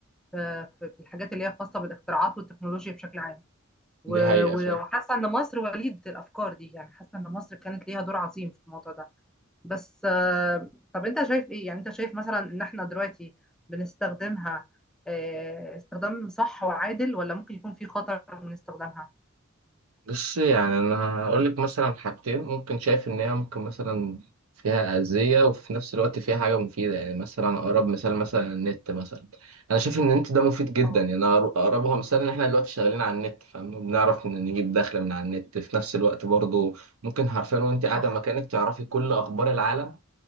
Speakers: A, in the centre; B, on the right.
A: في, في في الحاجات اللي هي خاصة بالاختراعات والتكنولوجيا بشكل عام و-
B: دي حقيقة
A: و-
B: فعلا
A: وحاسة ان مصر وليدة الافكار دي يعني حاسة ان مصر كانت ليها دور عظيم في الموضوع ده بس آه، طب انت شايف ايه يعني انت شايف مثلا ان احنا دلوقتي بنستخدمها آه، استخدام صح وعادل ولا ممكن يكون في خطر من استخدامها
B: بس يعني أنا هقول لك مثلا حاجتين ممكن شايف إن هي ممكن مثلا فيها أذية وفي نفس الوقت فيها حاجة مفيدة يعني مثلا أقرب مثال مثلا النت مثلا أنا شايف إن النت ده مفيد جدا
A: اه
B: يعني أنا أقربها مثال إن إحنا دلوقتي شغالين على النت فاهم بنعرف إن نجيب دخل من على النت في نفس الوقت برضه ممكن حرفيا وأنت قاعدة
A: صح
B: مكانك تعرفي كل أخبار العالم